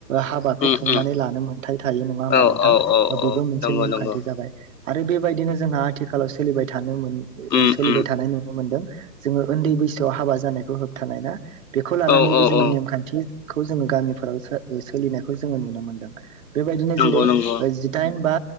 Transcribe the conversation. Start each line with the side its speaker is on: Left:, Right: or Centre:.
Right: हाब खुंनानै
Left: उम
Right: लानो मोनथाय थायो नङा होमबा
Left: औ
Right: नोंथां
Left: औ औ
Right: बेबो मोनसे
Left: नंगौ
Right: नेमखान्थि
Left: नंगौ
Right: जाबाय। आरो बेबायदिनो जोंहा आथिखालाव सोलिबाय थानो नुनो मोन
Left: उम
Right: सोलिबाय
Left: उम
Right: थानाय नुनो मोन्दों जोङो उन्दै बैसोआव हाबा जानायखौ खौ होबथानाय ना बेखौ लानानैबो
Left: औ
Right: जोङो
Left: औ
Right: नेमखान्थि खौ जोङो गामिफोराव सोलिनायखौ जोङो नुनो मोनदों बेबायदिनो जेरै
Left: नंगौ नंगौ
Right: जिदाइन बा